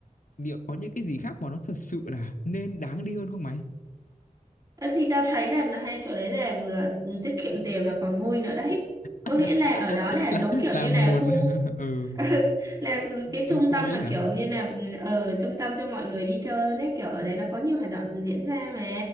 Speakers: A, on the left; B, on the right.
A: Liệu có những cái gì khác mà nó thật sự là nên đáng đi hơn không mày?
B: ơ, thì tao thấy là, là hai chỗ đấy là vừa tiết kiệm tiền mà còn vui nữa đấy có
A: <laughs>
B: nghĩa là ở đó là
A: Là
B: đúng kiểu
A: là
B: như
A: một
B: là khu
A: <laughs> ừ,
B: <laughs> là cái trung
A: đi chơi
B: tâm
A: ấy
B: mà
A: hả?
B: kiểu như là ở trung tâm cho mọi người đi chơi luôn ấy kiểu ở đấy nó có nhiều hoạt động diễn ra mà